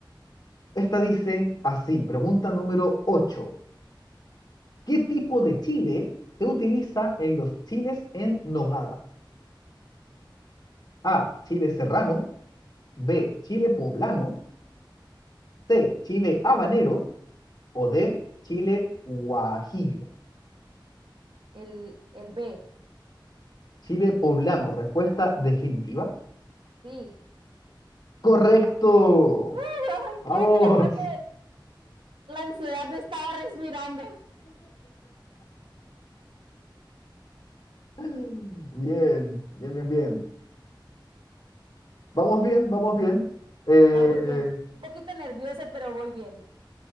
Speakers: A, on the left; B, on the right.
A: Esta dice así, pregunta número 8. ¿Qué tipo de chile se utiliza en los chiles en nogada? A, chile serrano, B, chile poblano, C, chile habanero o D, chile guajillo.
B: el, el B.
A: Chile poblano, respuesta definitiva.
B: Sí.
A: Correcto.
B: <laughs> Ay,
A: Vamos.
B: no, te lo juro que la ansiedad me estaba respirando.
A: <laughs> Bien, bien, bien, bien. Vamos bien, vamos bien. Eh,
B: Vamos bien. Un poquito nerviosa, pero voy bien.